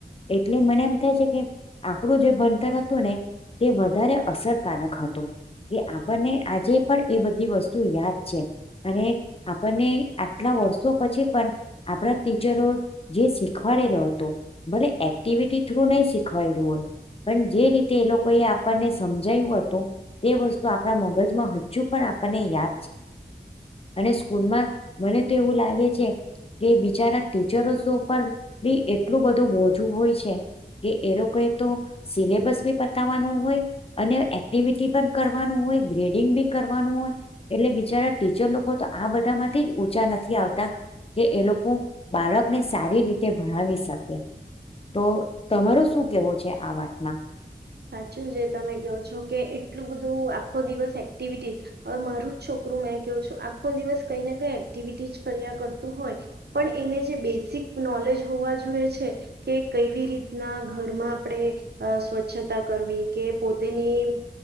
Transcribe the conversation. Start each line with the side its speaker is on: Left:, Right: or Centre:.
Left: એટલે મને એમ થાય છે કે આપડું જે ભણતર હતું ને... તે વધારે અસરકારક હતું. કે આપણને આજે પણ એ બધી વસ્તુ યાદ છે અને આપણને... આટલા વર્ષો પછી પણ આપણા ટીચરો... જે શીખવાડેલો હતો એક્ટિવિટી થ્રુ શીખવાયેલું હોય. પણ જે રીતે એ લોકો એ આપણને સમજાયું હતું. તે વસ્તુ આપણા મગજમાં હજુ પણ આપણને યાદ છે અને સ્કૂલમાં... મને તો એવું લાગે છે. કે બિચારના ટીચરો ઉપર બી એટલું બધું મોજું હોય છે. કે એ લોકો એ તો સિલેબસ બી પતાવવાનું હોય. અને એક્ટિવિટી પણ કરવાનું હોય, ગ્રેડિંગ બી કરવાનું હોય. એટલે બિચારા ટીચર લોકો તો આ બધામાંથી ઉચા નથી આવતા. કે એ લોકો બાળકને સારી રીતે ભણાવી શકે. તો તમારો શું કેવો છે આ વાતમાં?
Right: સાચું જે તમે કહો છો કે એટલું બધું આખો દિવસ એક્ટિવિટી... હવે મારું જ છોકરુમેં કેવું છું આખો દિવસ કઈ ને એક્ટિવિટી જ કર્યા કરતું હોય. પણ એને જે બેઝિક નોલેજ હોવા જોઈએ છે. કે કેવી રીતના ઘરમાં આપણે અ સ્વચ્છ... કરવી કે પોતેની